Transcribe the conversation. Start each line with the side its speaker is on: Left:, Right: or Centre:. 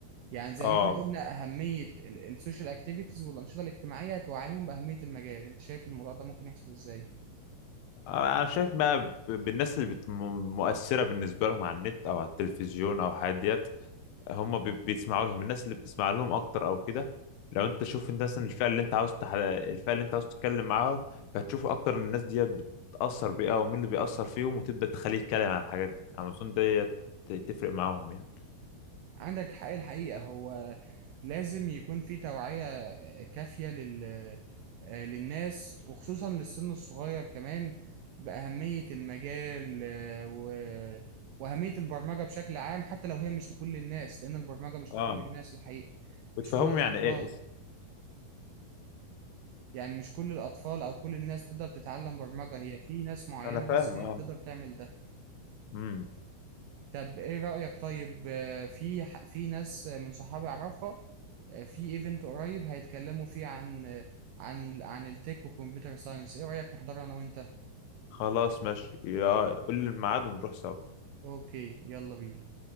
Right: يعني زي
Left: اه
Right: ما احنا قلنا أهمية ال- السوشيال اكتيفيتيز والأنشطة الاجتماعية توعيهم بأهمية المجال أنت شايف الموضوع ده ممكن يحصل إزاي؟
Left: انا شايف بقى ب- بالناس اللي بت- م- مؤثره بالنسبه لهم على النت او على التلفزيون او الحاجات ديت هم بي- بيسمعوا لهم الناس اللي بتسمع لهم اكتر او كده لو انت شوف انت مثلا الفئه اللي انت عاوز تح... الفئه اللي انت عاوز تتكلم معاهم هتشوف اكتر ان الناس دي بتاثر بيها ومين اللي بيأثر فيهم وتبدا تخليه يتكلم على الحاجات دي انا اظن دي ت- تفرق معاهم يعني
Right: عندك حق الحقيقة هو لازم يكون في توعية آه، كافية لل... آه، للناس وخصوصا للسن الصغير كمان بأهمية المجال آه، و... وأهمية البرمجة بشكل عام حتى لو هي مش لكل الناس لأن البرمجة مش
Left: اه
Right: لكل الناس الحقيقة
Left: وتفهمهم
Right: مش كل الأطفال
Left: يعني ايه بس
Right: يعني مش كل الأطفال أو كل الناس تقدر تتعلم برمجة هي في ناس معينة
Left: انا
Right: بس
Left: فاهم
Right: هي
Left: اه
Right: اللي تقدر تعمل ده
Left: امم
Right: طب ايه رأيك طيب آه، في ح- في ناس من صحابي اعرفها آه، في ايفنت قريب هيتكلموا فيه عن آه، عن عن التك وكمبيوتر ساينس ايه رأيك نحضره انا وانت
Left: خلاص ماشي يا- قول لي الميعاد ونروح سوا
Right: اوكي يلا بينا